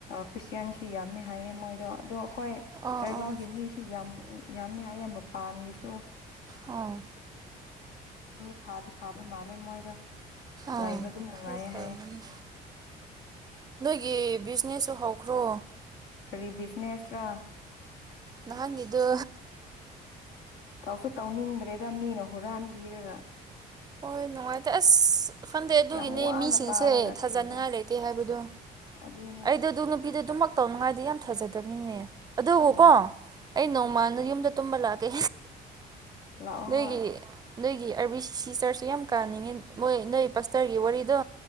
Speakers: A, on the left; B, on the right.
A: ꯈ꯭ꯔꯤꯁꯇꯌꯥꯟ ꯁꯨ ꯌꯥꯝꯃꯦ ꯍꯥꯏꯌꯦ ꯃꯣꯏꯗꯣ ꯑꯗꯣ ꯑꯩꯈꯣꯏ
B: ꯑꯥ
A: ꯇ꯭ꯔꯦꯚꯦꯜꯒꯤ
B: ꯑꯥ
A: ꯃꯤꯁꯨ ꯌꯥꯝ ꯌꯥꯝꯃꯦꯏꯌꯦ ꯃꯄꯥꯟꯒꯤꯁꯨ
B: ꯑ
A: ꯃꯤ ꯐꯥꯗꯤ ꯐꯥꯕ ꯅ ꯂꯩꯦꯟ ꯃꯣꯏꯔꯣ
B: ꯑꯥ
A: ꯂꯥꯛꯕ ꯑꯗꯨꯝ ꯅꯨꯡꯉꯥꯏꯌꯦ
B: ꯍꯣꯏ ꯐꯔꯝꯃꯅꯤ
A: ꯍꯥꯏꯌꯦ
B: ꯒꯤ ꯕꯤꯖꯤꯅꯦꯁꯁꯨ ꯍꯧꯈ꯭ꯔꯣ
A: ꯀꯔꯤ ꯕꯤꯖꯤꯅꯦꯁ ꯔ
B: ꯅꯍꯥꯟ ꯌꯦꯗꯣ
A: ꯇꯧꯁꯨ ꯇꯧꯅꯤꯡꯗ꯭ꯔꯦꯗ ꯃꯤꯅ ꯍꯨꯔꯥꯟꯕꯤꯔꯒ
B: ꯍꯣꯏ ꯅꯨꯡꯉꯥꯏꯇꯦ ꯑꯁ ꯈꯟꯗꯦ ꯑꯗꯨꯒꯤꯅꯦ
A: ꯌꯥꯝ ꯋꯥꯅ
B: ꯃꯤꯁꯤꯡꯁꯦ
A: ꯇꯥꯜꯂꯒ
B: ꯊꯥꯖꯅꯤꯉꯥꯏ
A: ꯀꯔꯤꯔꯥ
B: ꯂꯩꯇꯦ ꯍꯥꯏꯕꯗꯣ
A: ꯑꯗꯨꯅꯦ
B: ꯑꯩꯗ ꯑꯗꯨꯝ ꯅꯨꯄꯤꯗꯣ ꯑꯗꯨꯝꯃꯛ ꯇꯧꯅꯉꯥꯏꯗꯤ ꯌꯥꯝ ꯐꯖꯗꯦ ꯆꯠꯇꯕꯅꯤꯅꯦ ꯑꯗꯨꯕꯨꯀꯣ
A: ꯎꯝ
B: ꯑꯩ ꯅꯣꯡꯃꯜꯗ ꯌꯨꯝꯗ ꯇꯨꯝꯕ ꯂꯥꯛꯀꯦ
A: ꯂꯥꯛꯍ
B: ꯅꯣꯏꯒꯤ ꯅꯣꯏꯒꯤ ꯑꯥꯔꯕꯤ ꯁꯤ ꯆꯥꯔꯁꯨ ꯌꯥꯝ ꯀꯥꯅꯤꯡꯉꯤ ꯃꯣꯏ ꯅꯣꯏ ꯄꯁꯇꯔꯒꯤ ꯋꯥꯔꯤꯗꯣ